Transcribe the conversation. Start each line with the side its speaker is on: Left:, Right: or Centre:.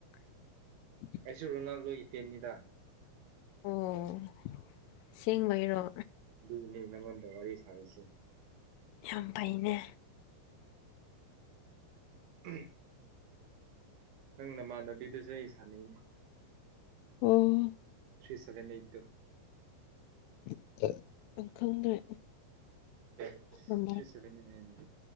Left: <inaudible>
Right: ꯁꯨ ꯔꯣꯅꯥꯜꯗꯣꯒꯤ ꯐꯦꯟꯅꯤꯗ꯫
Left: ꯑꯪ ꯁꯦꯡꯕꯩꯔꯣ꯫
Right: ꯑꯗꯨꯅꯦ ꯅꯪꯉꯣꯟꯗ ꯋꯥꯔꯤ ꯁꯥꯔꯤꯁꯦ꯫
Left: ꯌꯥꯝ ꯐꯩꯅꯦ
Right: ꯎꯝ꯫ ꯅꯪ ꯅꯃꯥꯟꯅꯕꯤꯗꯨꯁꯨ ꯑꯩ ꯁꯥꯟꯅꯩꯅꯦ꯫
Left: ꯑꯣ
Right: ꯊ꯭ꯔꯤ ꯁꯕꯦꯟ ꯑꯩꯇ ꯇꯨ
Left: <unintelligible> ꯈꯪꯗ꯭ꯔꯦ
Right: ꯑꯦ
Left: ꯑꯗꯨꯝ
Right: ꯊ꯭ꯔꯤ ꯁꯚꯦꯟ ꯑꯩꯠ